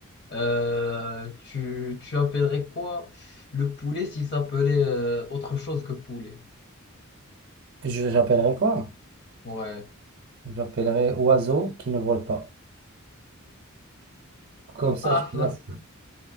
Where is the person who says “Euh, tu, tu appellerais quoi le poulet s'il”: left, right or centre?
Left